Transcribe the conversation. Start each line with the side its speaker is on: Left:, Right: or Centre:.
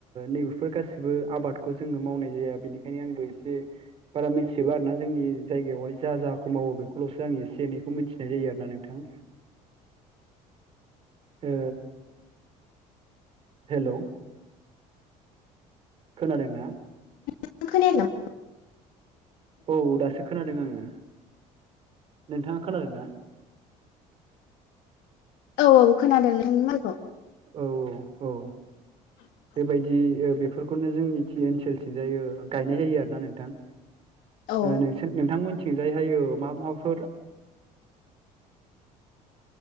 Right: नैबेफोर गासिबो आबादखौ जोङो मावनाय जाया बेनि बेंखायनो आंबो एसे बारा मिथिबा आरो ना जोंनि जायगायावहाय जा जाखौ मावो बेखौल'सो आं एसे एनै बेखौ मिथिनाय जायो आरो ना नोंथां। ओ हेल' खोनादोंना?
Left: नों खोनायाखै
Right: औ दासो खोनादों आङो नोंथाङा खोनादों ना
Left: औ औ खोनादों नोंथांनि माखौ
Right: औ औ औ
Left: औ
Right: बेबायदि बेफोरखौनो जोंनि थि ओनसोलथिं जायो गायनाय जायो आरोना नोंथां
Left: औ
Right: नोंथां नोंथांमोनथिंजाय हायो मा माफोर